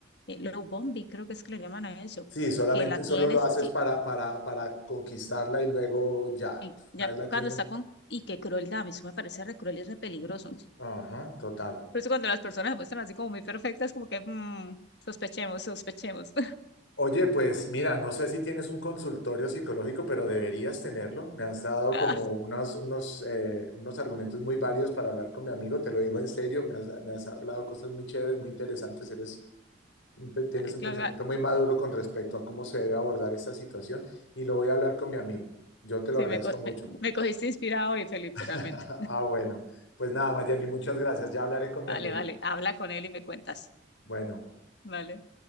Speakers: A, on the left; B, on the left.
A: eh, low bombi, creo que es que le llaman a eso,
B: Sí, solamente,
A: que la
B: solo
A: tienes,
B: lo haces
A: sí,
B: para, para, para conquistarla y luego ya,
A: y ya
B: una vez la tienes.
A: cuando está con, y qué crueldad, eso me parece re cruel y re peligroso.
B: Ajá, total.
A: Por eso cuando las personas se muestran así como muy perfectas, como que mm, sospechemos, sospechemos.
B: Oye, pues mira, no sé si tienes un consultorio psicológico, pero deberías tenerlo. Me has dado
A: <laughs>
B: como unos, unos, eh, unos argumentos muy válidos para hablar con mi amigo, te lo digo en serio, me has, me has hablado cosas muy chéveres, muy interesantes, eres, un pe- tienes
A: Ay,
B: un
A: Claudia,
B: pensamiento muy maduro con respecto a cómo se debe abordar esta situación y lo voy a hablar con mi amigo. Yo te lo
A: sí,
B: agradezco
A: me, co-
B: mucho.
A: me, me cogiste inspirado hoy, Felipe,
B: <laughs>
A: realmente.
B: Ah, bueno, pues nada, Mayerly, muchas gracias, ya hablaré con mi
A: Vale,
B: amigo.
A: vale. Habla con él y me cuentas.
B: Bueno.
A: Vale.